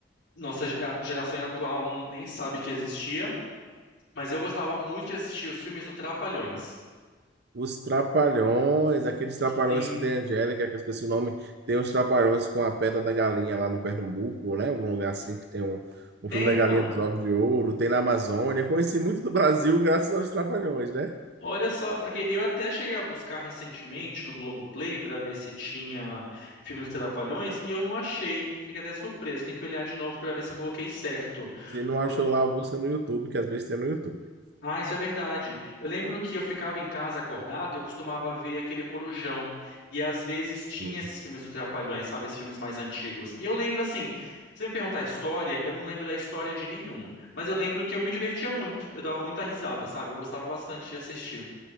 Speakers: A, on the left; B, on the right.
A: nossa ge- a geração atual n- nem sabe que existia, mas eu gostava muito de assistir os filmes do Trapalhões.
B: Os Trapalhões, aqueles Trapalhões
A: Sim.
B: que tem a Angélica, que eu esqueci o nome, tem os Trapalhões com a Pedra da Galinha lá no Pernambuco, né? Algum lugar assim que tem um, um
A: É,
B: filme da
A: então.
B: Galinha dos Ovos de Ouro, tem na Amazônia. Conheci muito do Brasil graças aos Trapalhões, né?
A: Olha só, porque eu até cheguei a buscar recentemente no Globoplay para ver se tinha filme dos Trapalhões e eu não achei. Fiquei até surpreso. Tem que olhar de novo para ver se eu coloquei certo.
B: Se não
A: Porque...
B: achou lá, busca no YouTube, que às vezes tem no YouTube.
A: Ah, isso é verdade. Eu lembro que eu ficava em casa acordado e eu costumava ver aquele Corujão. E às vezes tinha
B: Sim.
A: esses filmes dos Trapalhões, sabe? Esses filmes mais antigos. E eu lembro assim, se você me perguntar a história, eu não lembro da história de nenhum. Mas eu lembro que eu me divertia muito. Eu dava muita risada, sabe? Eu gostava bastante de assistir.